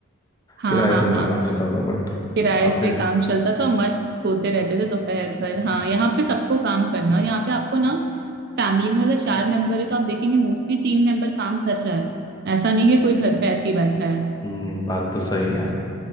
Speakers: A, on the right (about 45°); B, on the left (about 15°).
A: हाँ
B: किराए
A: हाँ
B: से उनका
A: हाँ
B: काम चलता था बट
A: किराए
B: काफी
A: से काम चलता था और मस्त सोते रहते थे दोपहर भर
B: हम्म
A: हाँ यहाँ पे सबको काम करना और यहाँ पे आपको ना फैमिली में अगर चार मेंबर है तो आप देखेंगे मोस्टली तीन मेंबर काम कर रहा है ऐसा नहीं है कोई घर पे ऐसे ही बैठा है
B: हम्म, बात तो सही है
A: तो